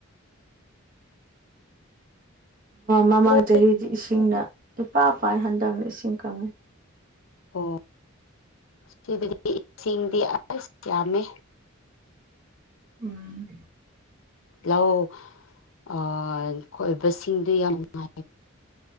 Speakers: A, on the right; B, on the left.
A: ꯃꯃꯥꯡ
B: ꯑꯣ
A: ꯆꯍꯤꯗꯤ ꯏꯁꯤꯡꯅ ꯏꯄꯥ ꯄꯥꯢ ꯍꯟꯗꯛꯅ ꯏꯁꯤꯡ ꯀꯪꯉꯦ
B: ꯑꯣ ꯁꯤꯗꯗꯤ ꯏꯁꯤꯡꯗꯤ ꯑꯁ ꯌꯥꯝꯃꯦ
A: ꯎꯝ
B: ꯂꯧ ꯑ ꯀꯣꯢꯕꯁꯤꯡꯗꯨ ꯌꯥꯝ ꯅꯨꯡꯉꯥꯢ